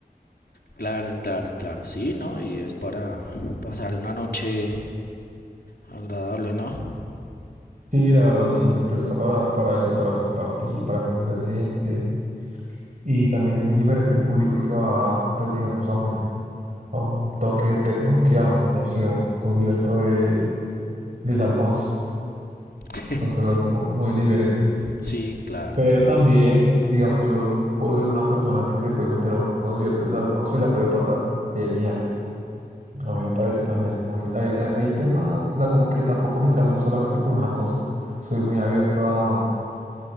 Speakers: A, on the left; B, on the right.
A: claro, claro, claro, sí, ¿no? Y es para pasar una noche Agradable, ¿no?
B: Sí, la verdad sí, se presta para, para eso, para compartir, para conocer gente. Y también es muy diferente el público que va, pues digamos, a un, a un toque de tecno que a un, no sé, a un concierto de Luis Alfonso.
A: <laughs>
B: Son cosas mu- muy diferentes.
A: Sí, claro,
B: Pero
A: claro.
B: también, digamos, yo puedo ser una persona que se puede meter a un concierto de Luis Alfonso y la puede pasar genial. A mí me parece también muy... Hay, hay hay temas, o sea, como que tampoco me caso solamente con una cosa. Soy muy abierto a,